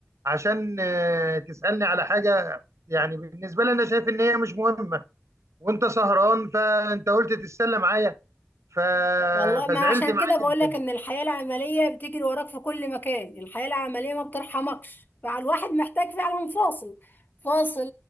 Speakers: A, on the right; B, on the left.
A: عشان آه، تسالني على حاجه يعني بالنسبه لي انا شايف ان هي مش مهمه وانت سهران فانت قلت تتسلى معايا ف...
B: والله ما
A: فزعلت
B: عشان
A: معاه
B: كده بقول
A: جدا
B: لك ان الحياة العملية بتجري وراك في كل مكان الحياة العملية ما بترحمكش فالواحد محتاج فعلا فاصل فاصل